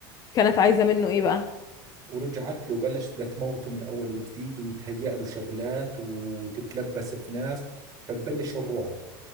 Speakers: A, on the left; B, on the right.
A: كانت عايزة منه ايه بقى
B: ورجعت له بلش بدها تموته من اول وجديد ويتهيأ له شغلات وتتلبس في ناس فببلش الرعب